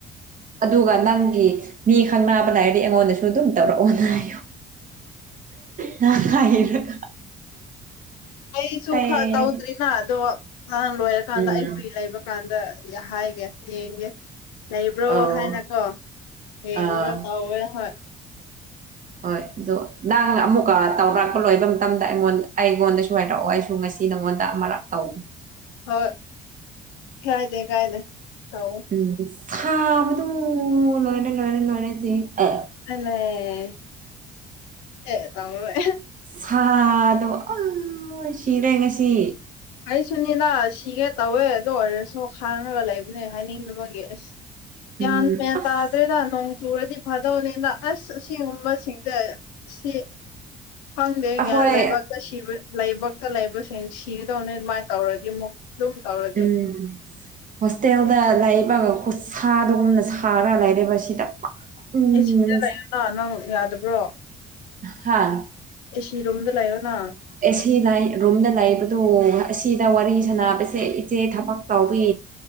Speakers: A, on the right (about 40°); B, on the left (about 80°).
A: ꯑꯗꯨꯒ ꯅꯪꯒꯤ ꯃꯤ ꯈꯪꯅꯕ ꯂꯩꯔꯗꯤ ꯑꯩꯉꯣꯟꯗꯁꯨ ꯑꯗꯨꯝ ꯇꯧꯔꯛꯑꯣꯅ ꯍꯥꯏꯌꯨ ꯅꯪ ꯍꯥꯏꯔꯒ
B: ꯑꯩꯁꯨ
A: ꯑꯩ
B: ꯈ ꯇꯧꯗ꯭ꯔꯤꯅ ꯑꯗꯣ ꯅꯍꯥꯟ ꯂꯣꯏꯔꯀꯥꯟꯗ
A: ꯎꯝ
B: ꯑꯩ ꯐ꯭ꯔꯤ ꯂꯩꯕ ꯀꯥꯟꯗ ꯌꯥ ꯍꯥꯏꯒꯦ ꯌꯦꯡꯒꯦ ꯂꯩꯕ꯭ꯔꯣ
A: ꯑꯧ
B: ꯍꯥꯏꯅꯀꯣ ꯌꯦꯡꯕ꯭ꯔ
A: ꯑꯥ
B: ꯇꯧꯋꯦ ꯍꯣꯏ
A: ꯍꯣꯏ ꯗꯣ ꯅꯪ ꯑꯃꯨꯛꯀ ꯇꯧꯔꯛꯄ ꯂꯣꯏꯕ ꯃꯇꯝꯗ ꯑꯩꯉꯣꯟ ꯑꯩꯉꯣꯟꯗꯁꯨ ꯍꯥꯏꯔꯛꯑꯣ ꯑꯩꯁꯨ ꯉꯁ ꯇꯤ ꯅꯉꯣꯟꯗ ꯑꯃꯥꯔꯛ ꯇꯧꯒꯦ
B: ꯍꯣꯏ ꯀꯥꯏꯗ‌ꯦ ꯀꯥꯏꯗ‌ꯦ ꯇꯧꯋ‌ꯣ
A: ꯎꯝ ꯁꯥꯕꯗꯨ ꯂꯣꯏꯔꯦ ꯂꯣꯏꯔꯦ ꯂꯣꯏꯔꯦ ꯖꯤ ꯑ‌ꯦ
B: ꯐꯖꯩ ꯑꯦ ꯇꯧꯋ‌ꯦ
A: ꯁꯥꯗꯣ ꯑ ꯂ‌ꯣꯏ ꯁꯤꯔꯦ ꯉꯁꯤ
B: ꯑꯩ ꯁꯨꯅꯤꯅ ꯁꯤꯒꯦ ꯇꯧꯋꯦ ꯑꯗꯨ ꯑꯣꯏꯔꯁꯨ ꯈꯥꯡꯉꯒ ꯂꯩꯕꯅꯦ ꯍꯥꯏꯅꯤꯡꯕꯒꯤ ꯑꯁ ꯒꯌꯥꯟ
A: ꯎꯝ
B: ꯃ‌ꯦꯟ
A: ꯑꯁ
B: ꯇꯥ ꯗꯔ‌ꯦꯗ ꯅꯣꯡ ꯆꯨꯔꯗꯤ ꯐꯥꯗꯧꯅꯤꯅ ꯑꯁ ꯑꯁ‌ꯦꯡꯕ ꯁꯤꯡꯖ‌ꯦ ꯁꯤ ꯈꯪꯗꯦ
A: ꯑꯩꯈꯣꯏ
B: ꯒꯌꯥꯟ ꯂꯥꯏꯕꯛꯇ ꯁꯤꯕ ꯂꯩꯕꯛꯇ ꯂꯩꯕꯁꯤꯡ ꯁꯤꯒꯗꯧꯅ‌ꯦ ꯑꯗꯨꯃꯥꯏ ꯇꯧꯔꯗꯤ ꯑꯃꯨꯛ ꯗꯨꯝ ꯇꯧꯔ
A: ꯎꯝ ꯍꯣꯁꯇꯦꯜꯗ ꯂꯩꯕ ꯈꯨꯠꯁꯥꯗꯒꯨꯝꯅ ꯁꯥꯔ ꯂꯩꯔ‌ꯦꯕꯔ ꯁꯤꯗ ꯎꯝ
B: ꯑꯩ ꯁꯤꯗ ꯂꯩꯔꯒ ꯅꯪ ꯌꯗꯕ꯭ꯔꯣ
A: ꯍꯥꯥ
B: ꯑꯦ ꯁꯤ ꯔꯨꯝꯗ ꯂꯩꯌꯨꯅ
A: ꯑꯦ ꯁꯤ ꯅ ꯑꯩ ꯔꯨꯝꯗ ꯂꯩꯕꯗꯨ ꯑꯁꯤꯗ ꯋꯥꯔꯤ ꯁꯥꯅꯕꯁꯦ ꯏꯆꯦ ꯊꯕꯛ ꯇꯧꯕꯤ